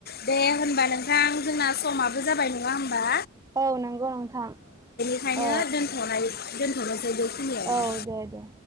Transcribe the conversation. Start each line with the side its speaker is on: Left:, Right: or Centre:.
Left: दे होनबा नोंथां जोंना समाबो जाबाय नों नङा होमबा।
Right: औ नंगौ नोंथां।
Left: ओंखायनो
Right: औ
Left: दोनथनाय दोथनोसै बेखिनियावनो।
Right: औ दे दे